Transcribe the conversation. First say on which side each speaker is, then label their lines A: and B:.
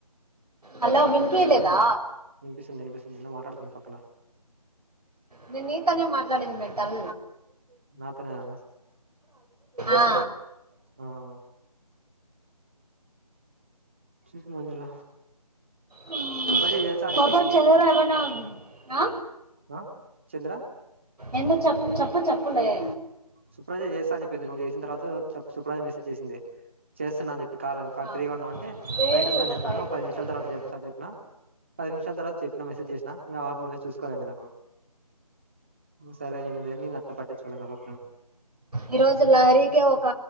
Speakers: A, on the right; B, on the right.
A: హలో వినిపించలేదా
B: హలో వినిపిస్తుంది, ఇనిపిస్తుంది. నేను మాట్లాడుతున్నా పక్కన.
A: నేన్ నీతోనే మాట్లాడింది మెంటల్.
B: నాతోనేనా
A: ఆ
B: ఆ చెపు మంజుల?
A: ఆ
B: సుప్రజ చేస్తా అని
A: పాపం
B: చెప్పింది
A: చంద్ర ఎమన్నా? ఆ?
B: ఆ చంద్ర
A: ఎందుకు చెప్ ప్పు చెప్పుండయే.
B: సుప్రాజా చేస్తా అని చెప్పింది, నువ్వు చేసిన తర్వాత చెప్ సుప్రజా మెసేజ్ చేసింది. చేస్తాన్నా అని చెప్పి. కాదగొ కా
A: ఆ.
B: ఫ్రీగా ఉన్నావ అంటే?
A: వేడి
B: బయట ఉన్నని
A: కదా
B: చెప్పినను,
A: బయట
B: ఓ పది నిమిషాల తర్వాత చెప్తా చెప్పిన. పది నిమిషాల తర్వాత చెప్ ట్ల మెసేజ్ చేసినా, ఇంగ ఆమె ఫోన్ల చూసుకోలేదింక నాకు. సరే నీదెంది, ఇంగ అట్ట పట్టిచుకోలేగపో.
A: ఈరోజు, లహరికే ఒక